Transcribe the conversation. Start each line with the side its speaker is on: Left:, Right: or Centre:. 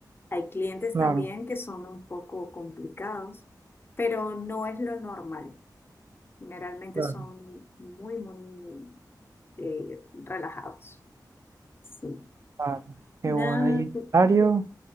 Left: hay clientes
Right: claro,
Left: también que son un poco complicados, pero no es lo normal. Generalmente
Right: claro,
Left: son muy, muy eh, relajados. Sí.
Right: claro. Qué
Left: Nada,
Right: bueno. ¿Y el horario?